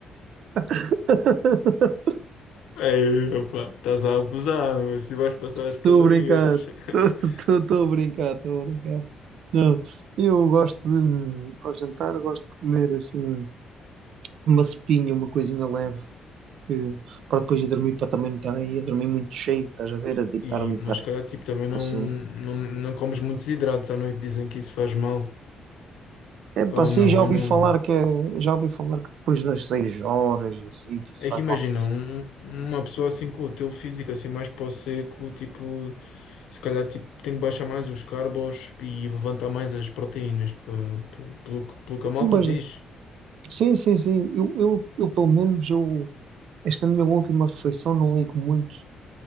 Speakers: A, on the right (about 75°); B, on the left (about 85°).
A: <laughs>
B: Ei, opa, estás a abusar, mas se vais passar as
A: Estou
B: calorias.
A: a brincar,
B: <laughs>
A: estou a brincar, estou a brincar. Não, eu gosto de, ao jantar, gosto de comer assim uma sopinha, uma coisinha leve, que- para depois ir dormir, para também não estar aí a dormir muito cheio, estás a ver, a deitar-me
B: E,
A: e
B: mas
A: estar
B: se calhar, tipo, também não,
A: assim.
B: não, não comes muitos hidratos à noite, dizem que isso faz mal.
A: É pá,
B: Ou
A: assim
B: não,
A: já
B: ou
A: ouvi
B: não.
A: falar que é, já ouvi falar que depois das seis horas, e assim, que isso
B: É
A: faz
B: que imagina,
A: mal.
B: um- um, uma pessoa assim com o teu físico, assim mais para o seco, tipo, se calhar tipo, tem que baixar mais os carbos e levantar mais as proteínas, pe- pe- pelo, que- pelo que a malta
A: Mas
B: diz.
A: Sim, sim, sim. Eu, eu, eu pelo menos, eu, esta minha última refeição não ligo muito